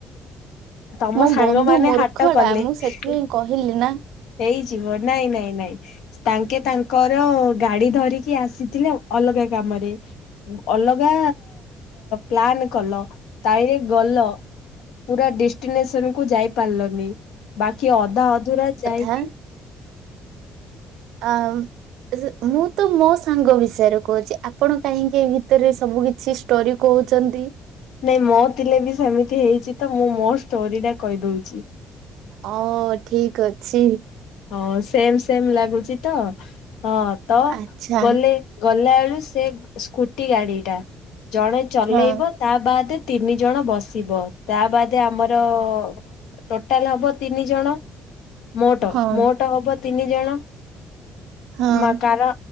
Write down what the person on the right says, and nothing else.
ମୋ
ବନ୍ଧୁ ମୂର୍ଖଟା
ମୁଁ ସେଥିପାଇଁ କହିଲି ନା
ହେ ଆମ ମୁଁ ତ ମୋ ସାଙ୍ଗ ବିଷୟରେ କହୁଛି ଆପଣ କାହିଁକି ଏ ଭିତରେ ସବୁ କିଛି ଷ୍ଟୋରି କହୁଛନ୍ତି
ଅ ଠିକ୍ ଅଛି
ଆଚ୍ଛା
ହଁ
ହଁ।
ହଁ।